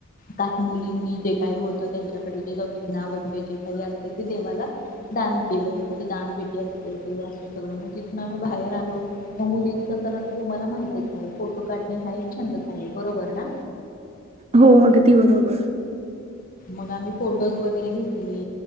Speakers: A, on the left; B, on the right.
A: काही मुलींनी जे काही होतं त्यांच्याकडे जे दक्षिणा वगैरे जे काही असते ते देवाला दान केलं तिथे दानपेटी असते ते असं सगळं मग तिथून आम्ही बाहेर आलो मग मुलींच तर आता तुम्हाला माहित फोटो काढणे हा एक छंदच आहे बरोबर ना?
B: हो अगदी बरोबर.
A: मग आम्ही फोटोज वैगेरे घेतले,